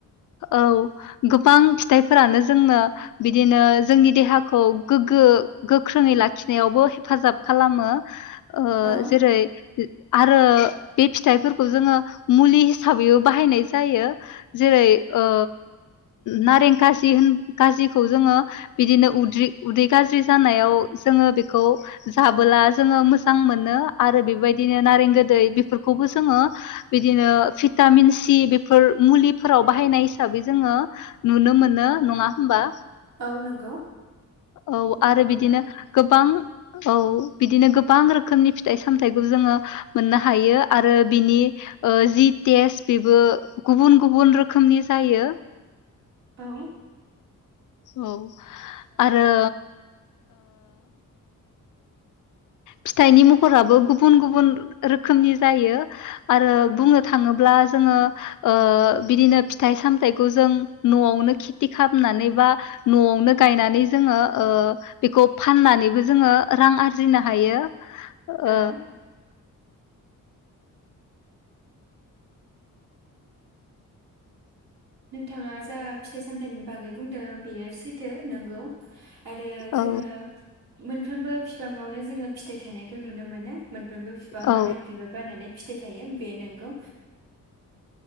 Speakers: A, on the left; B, on the right.
A: औ। गोबां फिथाइफोरानो जोंनो बिदिनो जोंनि देहाखौ गोग्गो गोख्रोङै लाखिनायावबो हेफाजाब खालामो। ओ
B: औ
A: जिरै आरो बे फिथाइफोरखौ जोङो। मुलि हिसाबैबो बाहायनाय जायो जेरै ओ। नारें खाजि होन खाजिखौ जोङो बिदिनो उद्रि उदै गाज्रि जानायाव जोङो बेखौ जाबोला जोङो मोजां मोनो आरो बेबायदिनो नारें गोदै बेफोरखौबो जोङो बिदिनो भिटामिन सि बेफोर मुलिफोराव बाहायनाय हिसाबै जोङो नुनो मोनो नङा होमबा।
B: औ नंगौ
A: औ
B: नंगौ
A: आरो
B: नोंथां
A: बिदिनो गोबां औ बिदिनो गोबां रोखोमनि फिथाइ सामथायाइखौ जोङो मोननो हायो आरो बिनि जि टेस्ट बेबो गुबुन गुबुन रोखोमनि जायो
B: औ
A: औ आरो फिथाइनि महराबो गुबुन-गुबुन रोखोमनि जायो। आरो
B: औ
A: बुंनो थाङोब्ला जोङो। ओ बिदिनो फिथाइ सामथाइखौ जों नआवनो खेथि खालामनानै बा नआवनो गायनानै ओ जोङो बेखौ फाननानैबो जोङो रां आर आरजिनो हायो ओ
B: औ नोंथाङा जा फिथाइ सामथाइनि बागै बुंदों बेयो सैथो नोंगौ। आरो जोङो।
A: ओ
B: मोनफ्रोमबो बिफाङावनो जोङो फिथाइ थखौ नुनो मोनो। मोनफ्रोमबो बिफाङानो
A: औ
B: बिबार बायनानै। फिथाइ थायो बे नंगौ।